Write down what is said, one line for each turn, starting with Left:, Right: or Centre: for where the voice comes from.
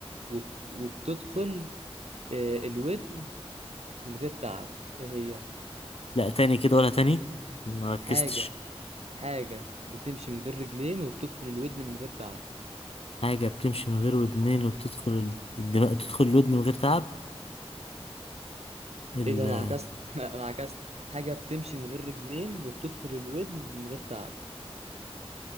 Right: وبت... وبتدخل آه، الودن من غير تعب ايه هي
Left: لا تاني كده ولا تاني ما ركزتش
Right: حاجة حاجة بتمشي من غير رجلين وبتدخل الودن من غير تعب
Left: حاجة بتمشي من غير ودنين وبتدخل ال- الدماغ تدخل الودن من غير تعب ال...
Right: ايه ده انا عكست <laughs> انا عكست حاجة بتمشي من غير رجلين وبتدخل الودن من غير تعب